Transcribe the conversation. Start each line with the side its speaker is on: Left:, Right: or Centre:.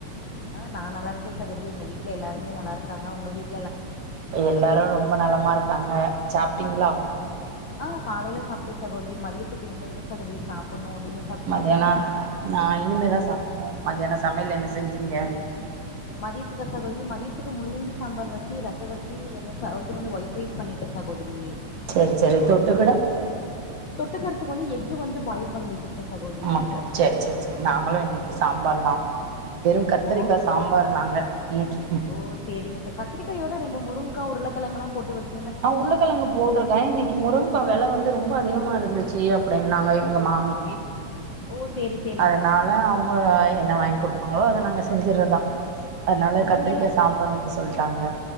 Left: ஆ நா நல்லா இருக்கே சகோதரி எங்க வீட்ல எல்லாருமே நல்லாருக்காங்க உங்க வீட்
Right: எல்லாரு ரொம்ப நலமாருக்காங்க சாப்ட்டீங்ளா
Left: ஆ காலைல சாப்ட்டே சகோதரி மதியத்துக்கு இனிமேல்தா சகோதரி சாப்பிட்ணு நீங்க சாப்ட்டீங்களா
Right: மத்தியானோ நா இனிமேல் தா சாப்டணு மத்தியானோ சமையல் என்ன செஞ்சீங்க
Left: மதியத்துக்கா சகோதரி மதியத்துக்கு முள்ளங்கி சாம்பார் வச்சு ரசோ வச்சு வெள் இது வந்து ஒயிட் ரைஸ் பண்ணிட்டே சகோதரி
Right: சேரி சேரி தொட்டுக்கிட
Left: தொட்டுக்கிறதுக்கு வந்து எஃகு வந்து பாயில் பண்ணி வச்சிருக்கே சகோதரி
Right: ஆட்டு சேரி சேரி சேரி நாங்களு இன்னைக்கு சாம்பார் தா வெறு கத்திரிக்கா
Left: ஓ
Right: சாம்பார் நாங்க இன்னைக்கு
Left: ஓ சேரிங்க சகோ கத்திரிக்காயோட ரெண்டு முருங்கக்கா உருளக்கிழங்க எல்லா போட்டு வச்சு
Right: நா உருளக்கெழங்கு போட்ருக்கே இன்னைக்கு முருங்க கா வெல வந்து ரொம்ப அதிகமாருந்துச்சு அப்டின்னாங்க எங்க மாமி
Left: ஓ சேரி சேரி
Right: அதனால அவங்க என்ன வாங்கி குடுப்பாங்களோ அத நாங்க செஞ்சறதா அதனால
Left: ஓ
Right: கத்திரிக்கா
Left: நீங்க எல்லா
Right: சாம்பார் வைக்க சொல்லிட்டாங்க